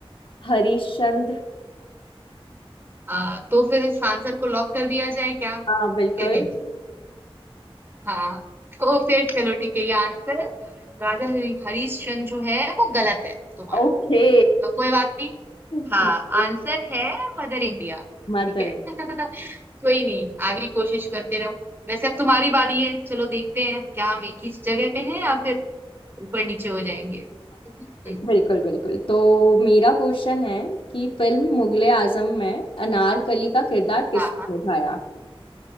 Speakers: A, on the left; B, on the right.
A: Harishchandra
B: आ, तो फिर इस आंसर को लॉक कर दिया जाए क्या
A: हाँ बिल्कुल
B: क्या कहते हो हाँ तो फिर चलो ठीक है ये आंसर राजा हरि- हरीश चंद्र जो है वो गलत है तुम्हारा
A: ओके
B: तो कोई बात नहीं
A: <laughs>
B: हाँ आंसर है मदर इंडिया
A: मदर
B: ठीक है
A: <laughs>
B: <laughs> कोई नहीं आगे कोशिश करते रहो वैसे अब तुम्हारी बारी है चलो देखते हैं क्या हम एक ही जगह पे हैं या फिर ऊपर नीचे हो जाएंगे <laughs> हम्म,
A: बिल्कुल बिल्कुल तो मेरा क्वेश्चन है कि फिल्म मुगले आजम में अनारकली का किरदार किसने
B: हाँ हाँ
A: निभाया